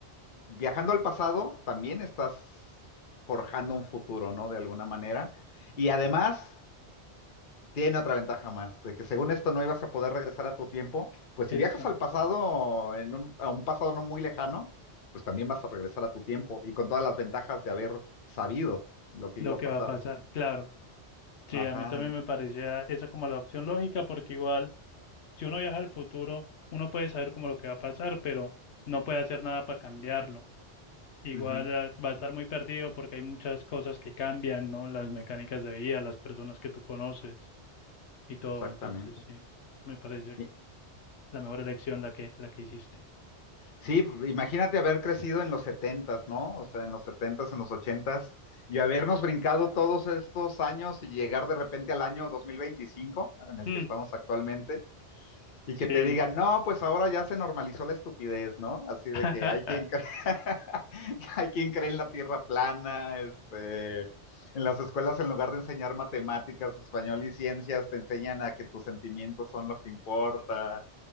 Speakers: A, on the left; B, on the left.
A: viajando al pasado, también estás forjando un futuro, ¿no? De alguna manera. Y además, tiene otra ventaja más, de que según esto no ibas a poder regresar a tu tiempo, pues si
B: Exacto,
A: viajas al pasado, en un- a un pasado no muy lejano, pues también vas a regresar a tu tiempo y con todas las ventajas de haber sabido lo que
B: lo
A: iba a
B: que
A: pasar.
B: va a pasar, claro. Sí,
A: Ajá,
B: a mí también me parecía esa como la opción lógica porque igual si uno viaja al futuro, uno puede saber como lo que va a pasar, pero no puede hacer nada para cambiarlo. Igual
A: ujú,
B: ah, va a estar muy perdido porque hay muchas cosas que cambian, ¿no? Las mecánicas de vida, las personas que tú conoces y todo.
A: exactamente.
B: Entonces, sí, me parece
A: Y,
B: la mejor elección la que la que hiciste.
A: Sí, p- imagínate haber crecido en los setentas, ¿no? O sea, en los setentas, en los ochentas, y habernos brincado todos estos años y llegar de repente al año 2025, en el
B: Mm,
A: que estamos actualmente, y
B: sí.
A: que te digan, no, pues ahora ya se normalizó la estupidez, ¿no? Así de
B: <laughs>
A: que hay quien cree. <laughs> <laughs> hay quien cree en la tierra plana, este, en las escuelas en lugar de enseñar matemáticas, español y ciencias, te enseñan a que tus sentimientos son lo que importa